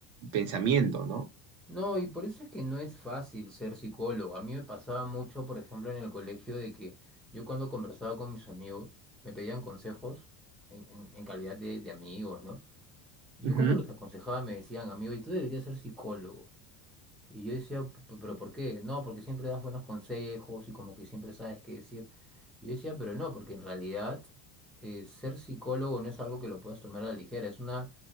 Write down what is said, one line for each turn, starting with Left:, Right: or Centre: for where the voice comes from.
Right: pensamiento, ¿no?
Centre: No, y por eso es que no es fácil ser psicólogo. A mí me pasaba mucho, por ejemplo, en el colegio de que yo cuando conversaba con mis amigos, me pedían consejos en, en- en calidad de, de amigos, ¿no? Y
Right: Ujú,
Centre: yo cuando los aconsejaba me decían, amigo, y tú deberías ser psicólogo. Y yo decía, "P- p- pero ¿por qué? No, porque siempre das buenos consejos y como que siempre sabes qué decir. Y yo decía, pero no, porque en realidad eh, ser psicólogo no es algo que lo puedas tomar a la ligera, es una